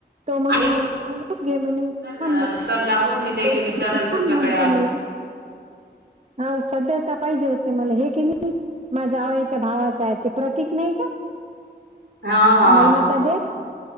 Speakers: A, on the right; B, on the right.
A: तो मंग
B: आहे
A: म्हणे घे म्हणे, तु
B: तर
A: थांब
B: दुकान लागून मी त्याला
A: <unintelligible>
B: विचारल तुमच्याकडे आहे.
A: ला, अहो सध्याचा पाहिजे होते मला हे की नाही माझ्या जावयाच्या भावाच आहे, ते प्रतीक नाही का?
B: हा हा
A: महिमाचा देत